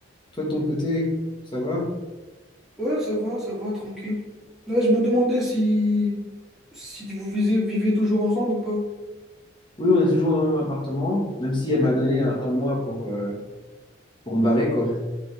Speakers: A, on the left; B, in the centre.
A: Toi, de ton côté, ça va?
B: Ouais, ça va, ça va, tranquille. Là, je me demandais si, si vous visez- vivez toujours ensemble ou pas.
A: Oui, on est toujours dans le même appartement, même si elle m'a donné un, un mois pour, euh, pour me barrer, quoi.